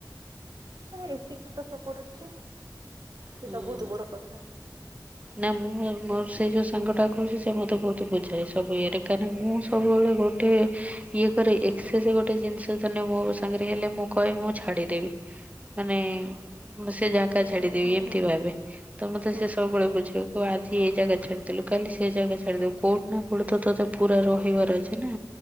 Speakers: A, on the right; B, on the right.
A: ଏତିକ ତ ସପୋର୍ଟ ଅଛି। ସେଇଟା
B: ହୁଁ।
A: ବହୁତ ବଡ କଥା।
B: ନା ମୁଁ ମୋର ସେ ଯେଉଁ ସାଙ୍ଗଟା କହୁଛି ସେ ମୋତେ ବହୁତ ବୁଝାଏ ସବୁ ଇଏରେ କାହିଁନା ମୁଁ ସବୁବେଳେ ଗୋ ଟେ ଇଏ କରେ ଏକ୍ସେସ ଗୋଟେ ଜିନିଷ ଧରିନିଏ ମୋ ସାଙ୍ଗରେ ହେଲେ ମୁଁ କହେ ମୁଁ ଛାଡିଦେବି। ମାନେ ମୁଁ ସେ ଜାଗା
A: ହୁଁ
B: ଛାଡିଦେବି
A: ହୁଁ ହୁଁ
B: ଏମିତି
A: ହୁଁ ହୁଁ
B: ଭାବେ ତ ମତେ
A: ହୁଁ
B: ସେ ସବୁବେଳେ
A: ହୁଁ
B: ବୁଝେଇବ। କହିବ ଆଜି ଏଇ ଜାଗା ଛାଡିଦେଲୁ କାଲି ସେ ଜାଗା ଛାଡିଦବୁ କୋଉଠି ନା କୋଉଠି ତୋତେ ପୁରା ରହିବାର ଅଛି ନା।